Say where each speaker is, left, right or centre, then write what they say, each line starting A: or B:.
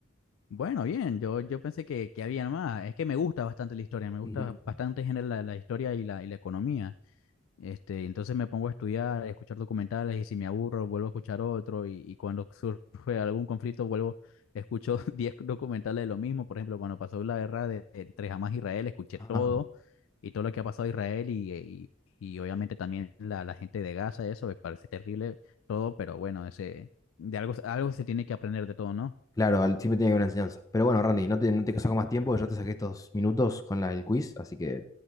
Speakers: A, on the left (about 70°); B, on the left (about 15°).
A: Bueno, bien, yo, yo pensé que, que había más. Es que me gusta bastante la historia, me gusta
B: Ujú.
A: bastante en general la, la historia y la, y la economía. Este, entonces me pongo a estudiar, a escuchar documentales y si me aburro vuelvo a escuchar otro y, y cuando surge <laughs> algún conflicto vuelvo, escucho <laughs> 10 documentales de lo mismo. Por ejemplo, cuando pasó la guerra de, entre Hamas e Israel, escuché
B: Ajá.
A: todo y todo lo que ha pasado a Israel y, y, y obviamente también la, la gente de Gaza, eso me parece terrible todo, pero bueno, ese, de algo, algo se tiene que aprender de todo, ¿no?
B: Claro, al- siempre tiene que haber una enseñanza. Pero bueno, Randy, no te, no te saco más tiempo, yo te saqué estos minutos con la, el quiz, así que